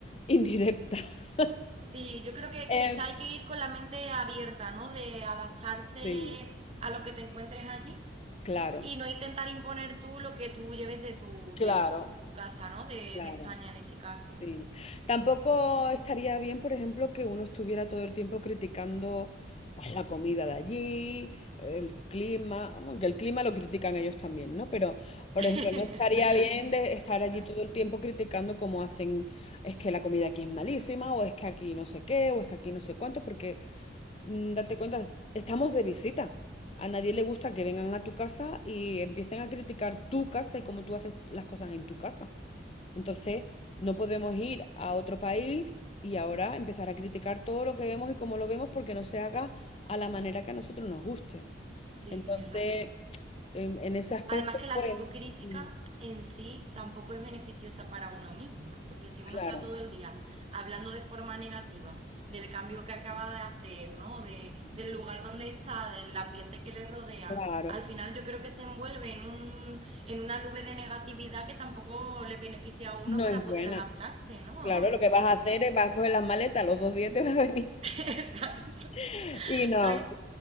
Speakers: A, on the left; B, on the right.
A: indirecta. <laughs>
B: sí, yo creo que
A: Em,
B: quizá hay que ir con la mente abierta, ¿no? De adaptarse
A: sí,
B: a lo que te encuentres allí
A: claro,
B: y no intentar imponer tú lo que tú lleves de tu,
A: claro,
B: de tu, de tu casa, ¿no? De,
A: claro.
B: de España en este caso.
A: Sí. Tampoco estaría bien, por ejemplo, que uno estuviera todo el tiempo criticando pues la comida de allí, el clima, aunque el clima lo critican ellos también, ¿no? Pero, por
B: <laughs>
A: ejemplo, no estaría bien de estar allí
B: Claro,
A: todo el tiempo criticando cómo hacen, es que la comida aquí es malísima, o es que aquí no sé qué, o es que aquí no sé cuánto, porque mm, date cuenta, estamos de visita. A nadie le gusta que vengan a tu casa y empiecen a criticar tu casa y cómo tú haces las cosas en tu casa. Entonces, no podemos ir a otro país y ahora empezar a criticar todo lo que vemos y cómo lo vemos porque no se haga a la manera que a nosotros nos guste.
B: sí,
A: Entonces,
B: tienes razón.
A: en, en ese aspecto,
B: Además que la
A: pues,
B: actitud crítica
A: mm,
B: en sí tampoco es beneficiosa para uno mismo, ¿no? Porque si
A: claro,
B: uno está todo el día hablando de forma negativa del cambio que acaba de hacer, ¿no? De, del lugar donde está, del ambiente que le rodea,
A: claro,
B: al final yo creo que se envuelve en un, en una nube de negatividad que tampoco le beneficia a uno
A: no
B: para
A: es
B: poder
A: buena.
B: adaptarse, ¿no?
A: Claro,
B: A
A: lo
B: un
A: que
B: sitio
A: vas a hacer
B: nuevo.
A: es vas a coger las maletas, los dos días te vas a venir.
B: <laughs> Exacto.
A: <laughs> Y no.
B: Ay,